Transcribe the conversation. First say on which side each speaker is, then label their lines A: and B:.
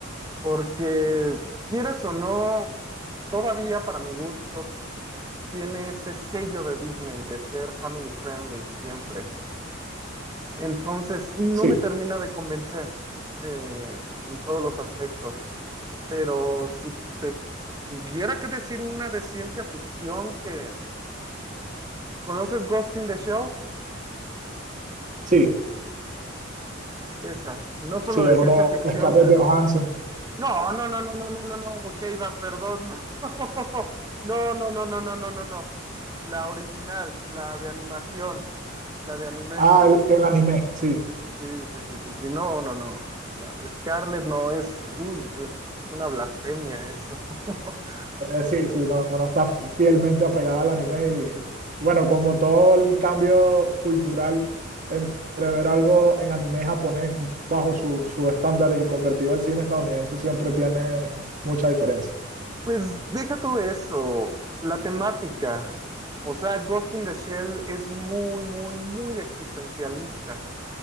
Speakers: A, on the right (about 20°); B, on the right (about 40°).
A: porque quieras o no, todavía para mi gusto tiene ese sello de Disney de ser family friendly siempre. Entonces, no
B: Sí,
A: me termina de convencer eh, en todos los aspectos, pero si te tuviera que decir una de ciencia ficción que ¿Conoces Ghost in the Shell?
B: sí,
A: Esa, no solo
B: sí,
A: de
B: es
A: ciencia
B: una
A: ficción,
B: Scarlett
A: pero...
B: Johansson.
A: No, no, no, no, no, no, no, no, ok, Iván, perdón, no, <laughs> no, no, no, no, no, no, no, no. La original, la de animación, la de anime.
B: Ah, el, el anime, sí.
A: Sí, sí, sí, sí, sí, no, no, no. La de Scarlett no es, uy, uy, uy, es una blasfemia eso. <laughs>
B: Eh, sí, sí, no, no, no está fielmente apegada al anime. Y, bueno, como todo el cambio cultural entre ver algo en anime japonés bajo su- sus estándares y convertido al cine estadounidense, siempre tiene mucha diferencia.
A: Pues deja tú eso, la temática. O sea, Ghost in the Shell es muy, muy, muy existencialista.